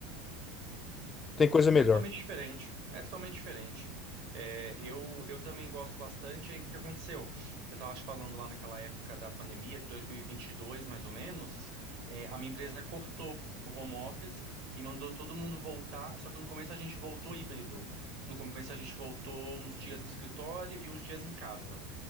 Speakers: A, on the left; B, on the right.
A: tem coisa
B: É
A: melhor.
B: totalmente diferente. É totalmente diferente. É, eu, eu também gosto bastante. Aí o que aconteceu? Eu estava te falando lá naquela época da pandemia, de 2022 mais ou menos, é, a minha empresa cortou o home office e mandou todo mundo voltar. Só que no começo a gente voltou híbrido. No começo a gente voltou uns dias no escritório e uns dias em casa.